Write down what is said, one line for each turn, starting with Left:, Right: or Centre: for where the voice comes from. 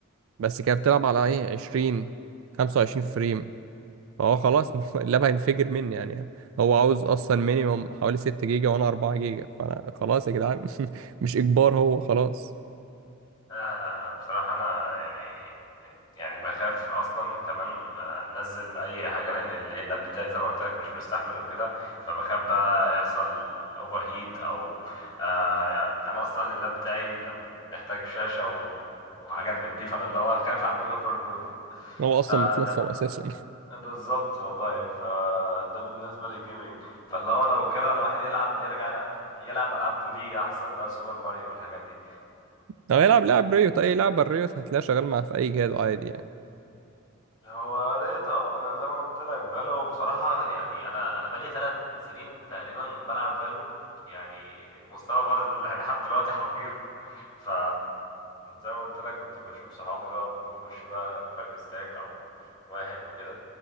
Right: بس كانت بتلعب على ايه 20 25 فريم فهو خلاص <laughs> اللاب هينفجر مني يعني هو عاوز اصلا مينيمم حوالي 6 جيجا وانا 4 جيجا فانا خلاص يا جدعان <laughs> مش اجبار هو خلاص
Left: لا لا بصراحة أنا يعني يعني بخاف أصلا كمان آه، أنزل أي حاجة لأن ال- اللاب بتاعي زي ما قلت لك مش مستحمل وكده فبخاف بقى يحصل أوفر هيت أو آه، أنا أصلا اللاب بتاعي كان محتاج شاشة و- وحاجات من دي فأنا اللي هو خايف أعمل أوفرلود
Right: هو اصلا
Left: فده
Right: متلصم
Left: ب-
Right: اساسا
Left: بالظبط والله فده بالنسبة للجيمنج فاللي هو لو كده الواحد يلعب يرجع يلعب ألعاب 2D أحسن بقى سوبر ماريو والحاجات دي
Right: لو يلعب لاعب ريوت اي لعبه ريوت هتلاقيه شغال معاه في اي جهاز عادي يعني
Left: هو قريت اه انا زي ما قلت لك فالو بصراحة يعني انا انا بقالي ثلاث سنين تقريبا بلعب فالو يعني مستوى برضه لحد دلوقتي حقير ف زي ما قلت لك كنت بشوف صحابي بقى بنخش بقى فايف ستاك او واحد وكده